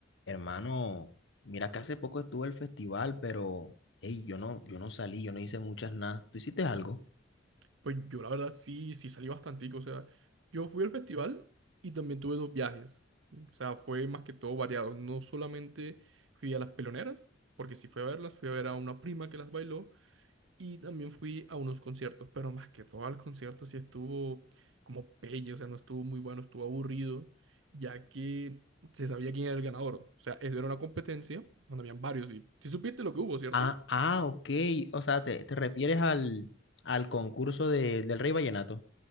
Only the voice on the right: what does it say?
Pues yo la verdad sí, sí salí bastantico, o sea, yo fui al festival y también tuve dos viajes, o sea, fue más que todo variado, no solamente fui a las peloneras, porque sí fui a verlas, fui a ver a una prima que las bailó y también fui a unos conciertos, pero más que todo al concierto sí estuvo como pelle, o sea, no estuvo muy bueno, estuvo aburrido, ya que se sabía quién era el ganador, o sea, eso era una competencia donde habían varios y si supiste lo que hubo, ¿cierto?